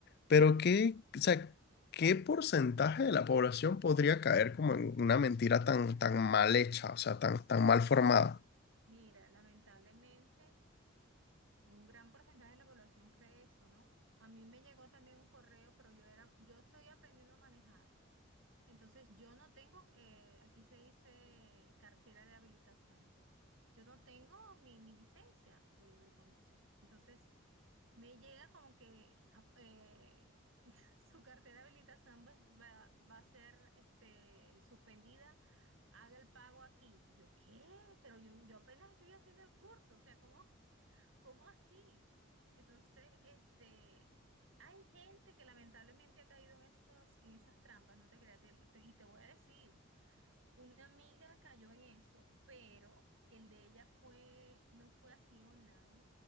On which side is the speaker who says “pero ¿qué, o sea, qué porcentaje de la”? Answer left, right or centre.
Left